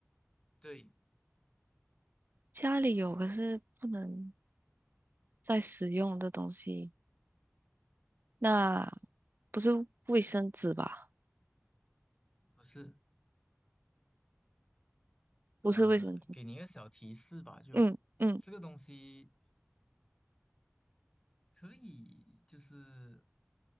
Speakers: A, on the left (about 15°); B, on the right (about 45°).
A: 对，
B: 家里有，可是不能再使用的东西，那不是卫生纸吧？
A: 不是。
B: 不是卫生纸，
A: 呃，给你一个小提示吧，就这个东西
B: 嗯嗯，
A: 可以就是